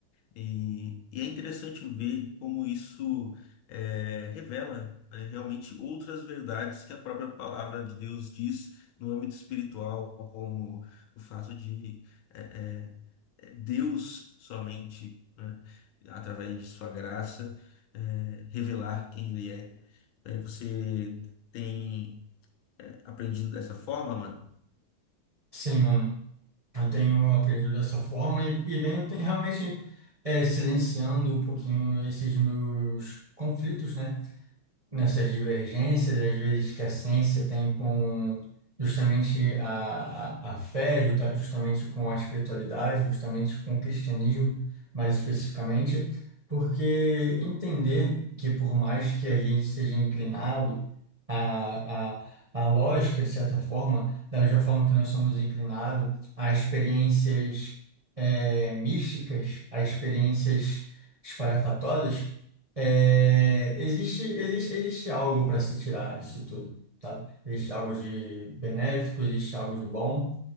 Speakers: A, on the left; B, on the right.
A: E, e é interessante ver como isso é, revela né, realmente outras verdades que a própria palavra de Deus diz no âmbito espiritual, como o fato de é, é, é, Deus somente, né, através de sua graça, é, revelar quem Ele é. É, Você tem é, aprendido dessa forma,
B: Sim, mano. Eu tenho aprendido dessa forma e, e venho te- realmente é, silenciando um pouquinho esses meus conflitos, né? nessas divergências, às vezes que a ciência tem com justamente a, a, a fé, justa- justamente com a espiritualidade, justamente com o cristianismo, mais especificamente, porque entender que por mais que a gente seja inclinado a, a A lógica, de certa forma, da mesma forma que nós somos inclinados a experiências eh, místicas, a experiências espalhafatosas, é, existe, existe, existe algo para se tirar disso tudo, tá? Existe algo de benéfico, existe algo de bom